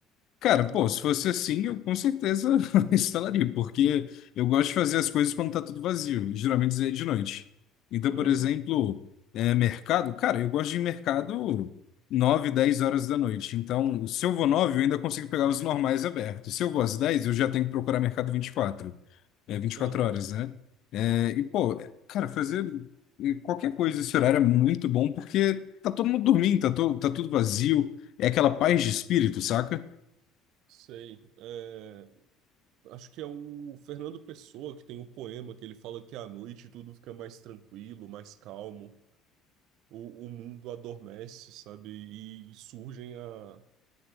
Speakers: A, on the left; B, on the right.
A: Cara,
B: Tipo,
A: pô, se fosse assim, eu com certeza <laughs> instalaria, porque eu gosto de fazer as coisas quando tá tudo vazio, e geralmente isso é de noite. Então,
B: aham,
A: por exemplo, é, mercado, cara, eu gosto de ir em mercado 9 10 horas da noite. Então, se eu vou 9 eu ainda consigo pegar os normais abertos. Se eu vou às 10 eu já tenho que procurar mercado vinte e quatro É vinte e
B: aham,
A: quatro horas, né? É, e, pô, é, cara, fazer eh, qualquer coisa esse horário é muito bom porque tá todo mundo dormindo, tá, to- tá tudo vazio. É aquela paz de espírito, saca?
B: sei. é, Acho que é o Fernando Pessoa que tem um poema que ele fala que à noite tudo fica mais tranquilo, mais calmo, o, o mundo adormece, sabe? E, e surgem a-